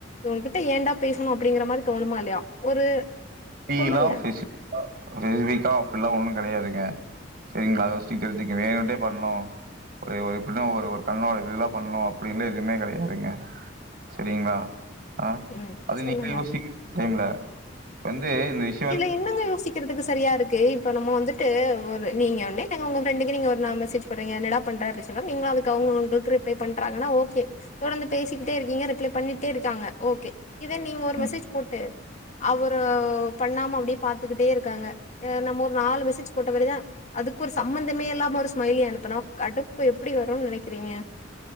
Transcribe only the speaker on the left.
இவங்கிட்ட ஏன்டா பேசுனோ அப்டிங்கிற மாரி தோணுமா இல்லயா ஒரு
சொல்லுங்க
ம்
சொல்லுங்க
இதுல என்னங்க யோசிக்கறதுக்கு சரியா இருக்கு இப்போ நம்ம வந்துட்டு ஒரு நீங்க ஒட்னேதாங்க ஒங்க ஃபிரெண்டுக்கு நீங்க ஒரு நா மெசேஜ் போட்றீங்க என்னடா பண்ற அப்டி சொன்னாலு நீங்ளு அதுக் அவங்ளு வந்து ரிப்ளே பண்றாங்கனா ஓகே தொடர்ந்து பேசிக்கிட்டே இருக்கீங்க ரிப்ளே பண்ணிட்டே இருக்காங்க ஓகே இதே நீங்க ஒரு
மெசேஜ் போட்டு அவரு பண்ணாம அப்டியே பாத்துக்கிட்டே இருக்காங்க அ நம்ம ஒரு நாலு மெசேஜ் போட்டவரிதா அதுக்கு ஒரு சம்மந்தமே இல்லாம ஒரு ஸ்மைலி அனுப்புனா கடுப்பு எப்டி வருன் நெனைக்குறீங்க